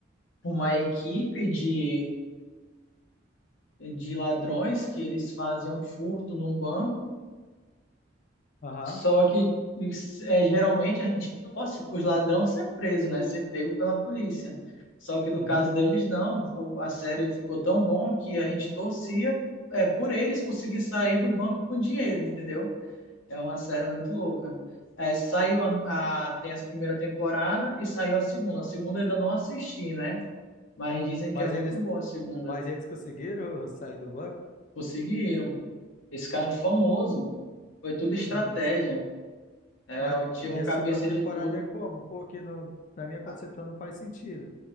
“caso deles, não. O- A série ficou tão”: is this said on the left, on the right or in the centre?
Left